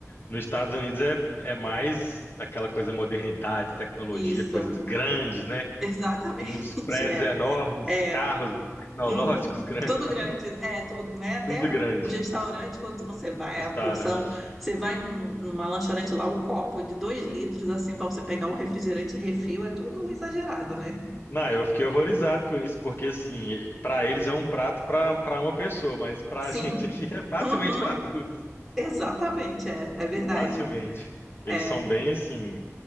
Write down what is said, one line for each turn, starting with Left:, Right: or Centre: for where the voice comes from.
Left: Nos Estados Unidos é, é mais aquela coisa modernidade, tecnologia,
Centre: isso.
Left: coisas grandes,
Centre: <laughs>
Left: né?
Centre: Exatamente,
Left: Muitos prédios
Centre: é.
Left: enormes,
Centre: É.
Left: carros tecnológicos
Centre: Uhum.
Left: <laughs> grandes
Centre: Tudo
Left: também.
Centre: grande, é tudo, né? Até
Left: Tudo grande.
Centre: o restaurante, quando você vai,
Left: Restaurante.
Centre: a porção, você vai num- numa lanchonete lá, o copo de dois litros, assim, para você pegar o refrigerante refil, é tudo exagerado, né?
Left: Não, eu fiquei horrorizado com isso, porque assim, pra eles é um prato pra para uma pessoa, mas pra
Centre: Sim.
Left: <laughs> gente aqui é facilmente
Centre: Uhum.
Left: pra duas,
Centre: Exatamente, é, é verdade.
Left: facilmente. Eles
Centre: É,
Left: são bem assim,